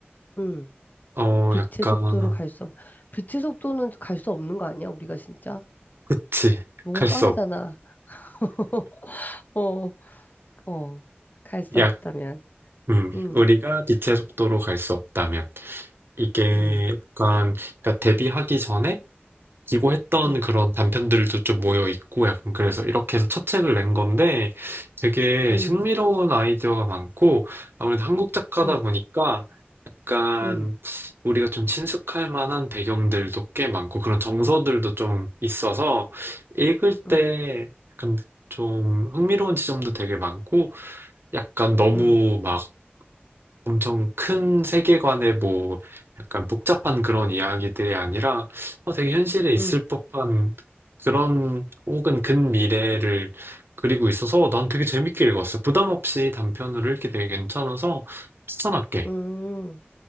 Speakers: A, on the left; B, on the right.
A: 응.
B: 어,
A: 빛의
B: 약간,
A: 속도로 갈 수, 없- 빛의 속도는 갈 수 없는 거 아니야? 우리가 진짜?
B: 그치.
A: 너무
B: 갈
A: 빠르잖아.
B: 수 없,
A: <laughs> 어, 어, 갈 수
B: 약,
A: 없다면.
B: 음,
A: 응,
B: 우리가 빛의 속도로 갈 수 없다면. 이게
A: 응,
B: 약간, 그러니까 데뷔하기 전에 기고했던
A: 응,
B: 그런 단편들도 좀 모여 있고 약간 그래서 이렇게 해서 첫 책을 낸 건데 되게
A: 응,
B: 신미로운 아이디어가 많고 아무래도 한국 작가다
A: 응,
B: 보니까 약간
A: 응,
B: 우리가 좀 친숙할 만한 배경들도 꽤 많고 그런 정서들도 좀 있어서 읽을
A: 응,
B: 때 약간 좀 흥미로운 지점도 되게 많고 약간 너무
A: 응,
B: 막 엄청 큰 세계관의 뭐 약간 복잡한 그런 이야기들이 아니라 어, 되게 현실에 있을
A: 응,
B: 법한 그런 혹은 근미래를 그리고 있어서 난 되게 재밌게 읽었어. 부담 없이 단편으로 읽기 되게 괜찮아서 추천할게.
A: 응.